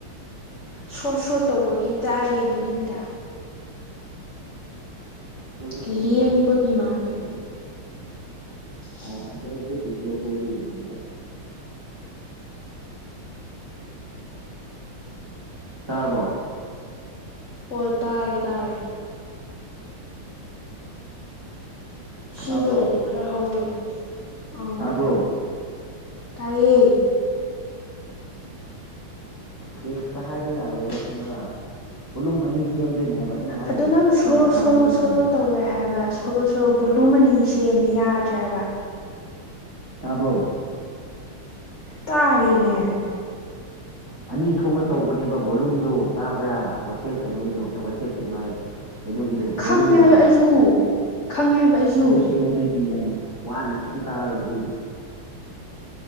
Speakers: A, on the left; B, on the right.
A: ꯁ꯭ꯔꯣꯠ ꯁ꯭ꯔꯣꯠ ꯇꯧꯕꯒꯤ ꯇꯥꯏꯌꯦ ꯃꯅꯤꯡꯗ
B: ꯁꯣꯔ ꯁꯣꯔ
A: ꯂꯦꯡꯕꯒꯤ
B: ꯇꯧꯕꯒꯤ
A: ꯃꯥꯜꯂꯦ
B: ꯑꯗꯨꯗꯤ ꯑꯣ ꯑꯗꯨꯗ ꯇꯆꯂ ꯇꯒ ꯌꯦꯉꯦꯇ ꯇꯥꯕꯣ
A: ꯑꯣ ꯇꯥꯔꯦ ꯇꯥꯔꯦ
B: ꯇꯥꯕ꯭ꯔꯣ
A: ꯁꯤ ꯑꯣꯏꯔꯗꯤ ꯈꯔ ꯍꯧꯋꯦ ꯑꯥ
B: ꯇꯥꯕ꯭ꯔꯣ
A: ꯇꯥꯏꯌꯦ
B: ꯇꯦꯛꯁꯇ ꯍꯥꯏꯕ ꯌꯥꯔꯣꯏꯔ ꯈꯪꯕ꯭ꯔꯥ ꯕꯣꯂꯨꯝ ꯑꯅꯤ ꯁꯦꯝꯗꯣꯏꯅꯦ ꯍꯥꯏꯕ ꯑꯩꯅ ꯍꯥꯏꯁ
A: ꯑꯗꯣ ꯅꯪ ꯁꯣꯔꯣ
B: ꯒ꯭ꯌꯥꯟ ꯇꯥꯅꯦ
A: ꯁꯣꯔꯣ
B: ꯅꯪꯕꯣ
A: ꯁꯣꯔꯣ ꯇꯧꯋꯦ ꯍꯥꯏꯕ ꯁꯣꯔꯣ ꯁꯣꯔꯣ ꯕꯣꯂꯨꯃꯅꯤ ꯁꯦꯝꯃꯦ ꯌꯥꯗ꯭ꯔꯦ ꯍꯥꯏꯕ
B: ꯇꯥꯕꯣ
A: ꯇꯥꯥꯏꯌꯦꯅꯦ
B: ꯑꯅꯤ ꯊꯣꯛꯅ ꯇꯧꯕꯅꯦꯕ ꯕꯣꯂꯨꯝꯗꯣ ꯇꯥꯕ꯭ꯔꯥ ꯋꯥꯆꯦꯞ ꯀꯩꯅꯣꯒꯤꯗꯣ ꯑꯦ ꯋꯥꯆꯦꯞꯀꯤꯗꯣ ꯍꯥꯏ ꯀꯩꯅꯣꯒꯤꯗꯣ
A: ꯈꯪꯉꯦ
B: ꯕꯣꯂꯨꯝꯗꯣ ꯍꯥꯏꯕ
A: ꯑꯩꯁꯨ ꯈꯪꯉꯦ ꯍꯥꯏꯕ ꯑꯩꯁꯨ
B: ꯑꯗꯨ ꯁꯦꯝ ꯃ ꯑꯗꯨ ꯌꯥꯝ ꯋꯥꯅ ꯀꯩꯝ ꯇꯥꯔꯔꯣꯏ ꯑꯗꯨꯏꯗꯤ